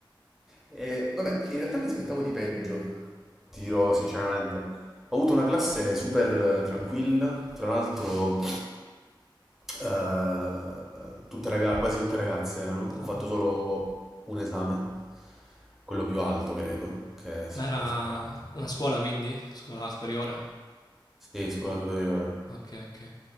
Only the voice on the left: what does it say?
Vabbè.
Ma era
una scuola quindi? Scuola superiore?
Ok, ok.